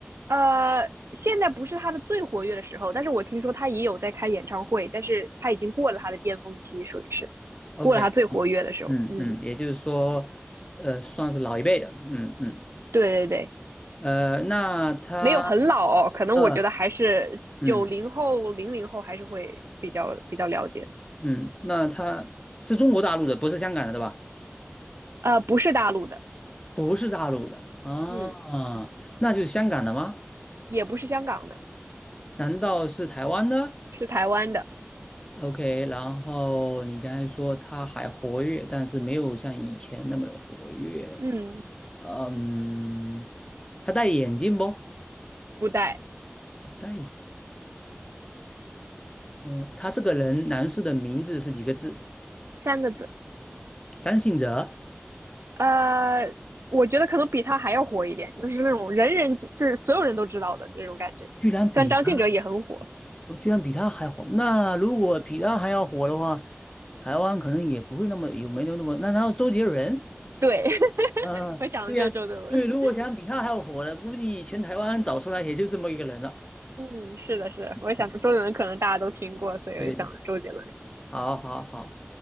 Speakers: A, on the right; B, on the left.
A: 呃，现在不是他的最活跃的时候，但是我听说他也有在开演唱会，但是他已经过了他的巅峰期，属于是过了他最活跃的时候，
B: ？OK，嗯嗯，
A: 嗯，
B: 也就是说，呃，算是老一辈的，嗯嗯，
A: 对对对。
B: 呃，那他，
A: 没有很老哦，可能我觉得还是九零后、
B: 呃，嗯
A: 零零后还是会比较比较了解。
B: 嗯，那他是中国大陆的，不是香港的，对吧？
A: 呃，不是大陆的，
B: 不是大陆的啊，
A: 嗯，
B: 那就是香港的吗？
A: 也不是香港的，
B: 难道是台湾的？
A: 是台湾的，
B: OK，然后你刚才说他还活跃，但是没有像以前那么的活跃。
A: 嗯，
B: 嗯，他戴眼镜不？
A: 不带
B: 不戴眼。嗯，他这个人，男士的名字是几个字？
A: 三个字。
B: 张信哲，
A: 呃，我觉得可能比他还要火一点，就是那种人人就是所有人都知道的那种感觉。
B: 居然比他，
A: 虽然张信哲也很火，
B: 我居然比他还火。那如果比他还要火的话，
A: 嗯，
B: 台湾可能也不会那么有没有那么。那然后周杰伦，
A: 对，<laughs>
B: 嗯，
A: 我想的就是周杰伦。
B: 对呀、因为如果想比他还要火的，估计全台湾找出来也就这么一个人了。
A: 嗯，是的，是，我想说周杰伦可能大家都听过，
B: 嗯，
A: 所以我想周杰伦。
B: 对对，好好好。